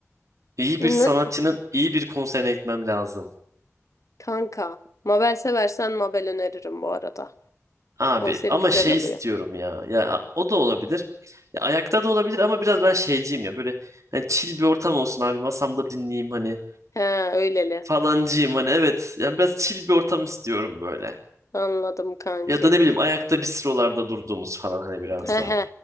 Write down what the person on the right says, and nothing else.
İyi
bir sanatçının iyi bir konserine gitmem lazım.
Abi
ama
şey
istiyorum ya. Ya a- o da olabilir. Ya, ayakta da olabilir ama biraz ben şeyciyim ya. Böyle hani chill bir ortam olsun abi. Masamda dinleyeyim hani
falancıyım hani evet. Yani biraz chill bir ortam istiyorum böyle.
Ya da ne bileyim ayakta bistrolarda durduğumuz falan hani biraz
daha.